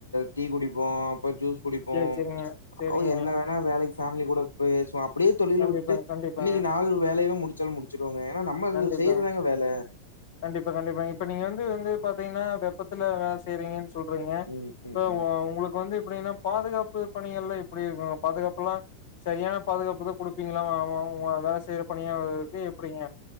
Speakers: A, on the left; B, on the left.
A: டீ குடிப்போ அப்றோ ஜூஸ் குடிப்போம்
B: சேரி சேரிங்க சேரிங்க
A: அது என்ன வேணா வேலைக்கு ஃபேமிலி கூட பேசுவோ அப்டியே தொழில
B: கண்டிப்பாங்க
A: விட்டுட்டு
B: கண்டிப்பாங்க
A: இன்னிக்கி நால் வேலையவே முடிச்சாலு முடிச் சிருவோங்க ஏன்னா நம்ம இது
B: கண்டிப்பாங்க
A: செய்யறதுதாங்க வேல
B: கண்டிப்பா கண்டிப்பாங்க இப்ப நீங்க வந்து வந்து பாத்தீங்கன்னா வெப்பத்துல வேல செய்றீங்கன் சொல்றிங்க
A: ம்
B: இப்ப
A: ம் ம்
B: உங்களுக்கு வந்து அப்டின்னா பாதுகாப்பு பணிகள்லா எப்டி இருக்கு பாதுகாப்புல்லா சரியான பாதுகாப்பு தா குடுப்பீங்ளா உ உ உங்க வேல செய்ற பணியாலர்களுக்கு எப்டிங்க